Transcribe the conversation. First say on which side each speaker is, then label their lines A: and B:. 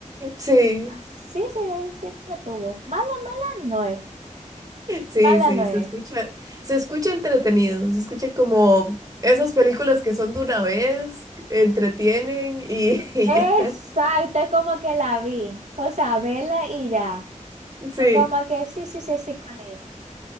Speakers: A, on the right (about 25°); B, on the right (about 65°).
A: Sí,
B: Sí, sí, él se entretuvo. Mala, mala no es.
A: sí,
B: Mala
A: sí,
B: no es.
A: se escucha. Se escucha entretenido, se escucha como esas películas que son de una vez, entretienen y, <laughs> y
B: Exacto,
A: ya.
B: es como que la vi. O sea, vela y ya.
A: Sí,
B: O como que sí, sí, sí, sí, cuál es.